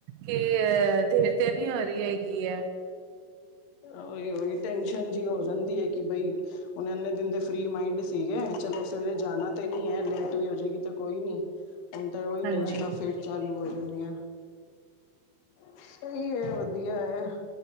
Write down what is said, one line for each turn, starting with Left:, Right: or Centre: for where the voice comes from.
Right: ਕਿ ਅ ਦੇਰ ਤੇ ਨੀ ਹੋ ਰਹੀ ਹੈਗੀ ਆ
Left: ਉਹੀ-ਉਹੀ ਟੈਨਸ਼ਨ ਜਿਹੀ ਹੋ ਜਾਂਦੀ ਹੈ ਕਿ ਬਈ ਹੁਨ ਇੰਨੇ ਦਿਨ ਦੇ ਫਰੀ ਮਾਈੰਡ ਸੀਗੇ ਚਲੋ ਸਵੇਰੇ ਜਾਣਾ ਤੇ ਨਹੀ ਹੈ ਲੇਟ ਵੀ ਹੋ ਜਾਏਗੀ ਤੇ ਕੋਈ ਨੀ ਹੁਣ ਤਾਂ ਉਹੀ
Right: ਹਾਂਜੀ
Left: ਟੈਂਸ਼ਨਾਂ ਫਿਰ ਚਾਲੂ ਹੋ ਜਾਂਦੀਆਂ ਸਹੀ ਹੈ ਵਧੀਆ ਐ